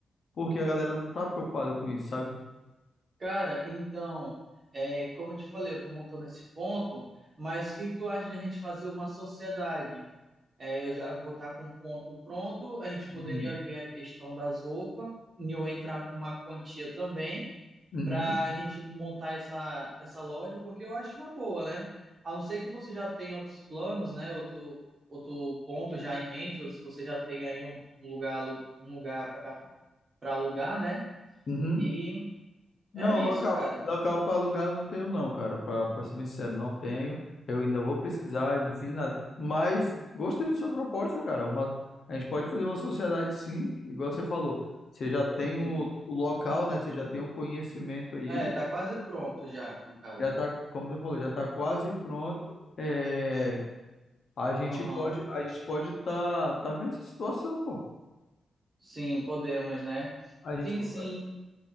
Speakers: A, on the left; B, on the right.
A: porque a galera não tá preocupada com isso, sabe?
B: Cara, então, é, como eu te falei, eu tô montando esse ponto, mas o que tu acha de a gente fazer uma sociedade? É, eu já vou estar com um ponto pronto. A gente poderia
A: Uhum,
B: ver a questão das roupas e eu entrar com uma quantia também
A: uhum,
B: para a gente montar essa, essa loja, porque eu acho uma boa, né? A não ser que você já tenha outros planos, né? Outro, outro ponto já em mente, ou se você já tem aí um um lugar, alu- um lugar para para alugar, né?
A: uhum.
B: E
A: Não,
B: é
A: local,
B: isso, cara.
A: local para alugar eu não tenho não, cara, para ser bem sincero, não tenho. Eu ainda vou pesquisar e não fiz nada. Mas gostei da sua proposta, cara. Uma, a gente pode fazer uma sociedade sim, igual você falou. Você já tem
B: Sim.
A: o, o local, né? Você já tem um conhecimento aí,
B: É, tá quase pronto já, no caso.
A: já tá, como você falou, já tá quase pronto. É, a gente
B: Aham.
A: pode, a gente pode tá, tá vendo essa situação, pô.
B: Sim, podemos, né?
A: A gente,
B: Sim,
A: po-
B: sim.